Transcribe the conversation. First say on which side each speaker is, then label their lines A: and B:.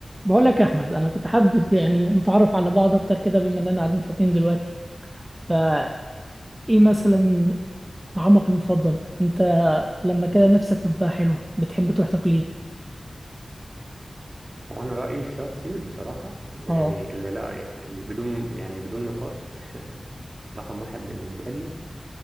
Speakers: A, on the right; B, on the right.
A: بقول لك يا احمد انا كنت حابب يعني نتعرف على بعض اكتر كده بما اننا قاعدين فاضيين دلوقتي فايه مثلا طعامك المفضل انت لما كده نفسك تبقى حلوه بتحب تروح تاكل ايه
B: هو انا رايي الشخصي بصراحه يعني
A: اه
B: اللي لا مم. يعني اللي بدون يعني بدون نقاش <laughs> رقم واحد بالنسبه لي